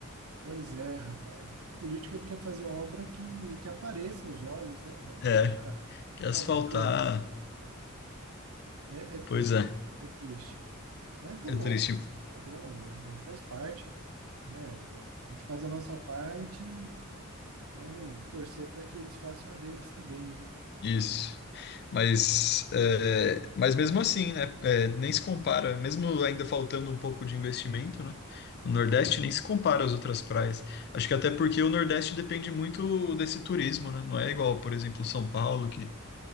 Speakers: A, on the right; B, on the left.
A: Pois é, rapaz. É, Político ele quer fazer obra que, que apareça aos olhos, né? Não ficar
B: É, que asfaltar,
A: cavucando. É, é
B: pois
A: triste,
B: é.
A: é triste. Mas tá bom,
B: É triste
A: tá bom, é, faz parte, né? A gente faz a nossa parte, e vamos torcer para que eles façam a deles também, né?
B: isso. Mas, é, mas mesmo assim, né? é, nem se compara, mesmo ainda faltando um pouco de investimento, né? O Nordeste nem se compara às outras praias. Acho que até porque o Nordeste depende muito desse turismo, né? Não é igual, por exemplo, São Paulo, que,